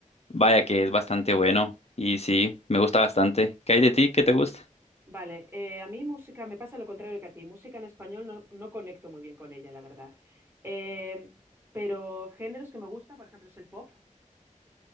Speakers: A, on the left (about 50°); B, on the right (about 15°).
A: vaya que es bastante bueno y sí, me gusta bastante. ¿Qué hay de ti? ¿Qué te gusta?
B: Vale, eh, a mí música me pasa lo contrario que a ti. Música en español no, no conecto muy bien con ella, la verdad. Eh, pero géneros que me gustan, por ejemplo, es el pop.